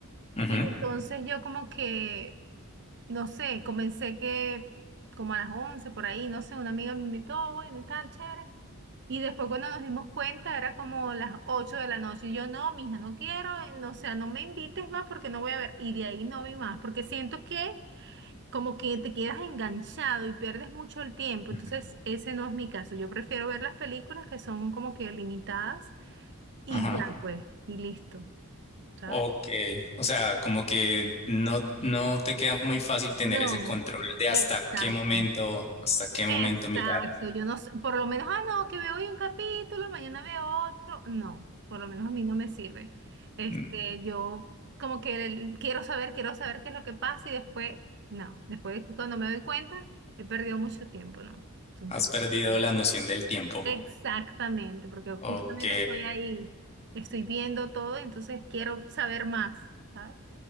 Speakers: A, on the left; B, on the right.
A: Ujú.
B: y entonces yo como que, no sé, comencé que como a las 11 por ahí, no sé, una amiga me invitó, bueno, y tal, chévere. Y después cuando nos dimos cuenta era como las 8 de la noche. Y yo, no, mija, no quiero, eh, no, o sea, no me invites más porque no voy a ver. Y de ahí no vi más, porque siento que como que te quedas enganchado y pierdes mucho el tiempo.
A: Ujú.
B: Entonces, ese no es mi caso. Yo prefiero ver las películas que son como que limitadas y
A: Ajá.
B: ya, pues, y listo, ¿sabes?
A: Ok. O sea, como que no, no te queda muy fácil tener
B: No,
A: ese control de hasta
B: exacto.
A: qué momento, hasta qué
B: Exacto,
A: momento mirar.
B: yo no sé, por lo menos, ah, no, que veo hoy un capítulo, mañana veo otro, no, por lo menos a mí no me sirve. Este,
A: Mm,
B: yo como que el- quiero saber, quiero saber qué es lo que pasa y después, no, después cuando me doy cuenta, he perdido mucho tiempo, ¿no? Entonces,
A: Has perdido
B: bueno,
A: la noción del tiempo.
B: exactamente, porque justamente
A: Ok,
B: estoy ahí, estoy viendo todo, entonces quiero saber más, ¿sabes?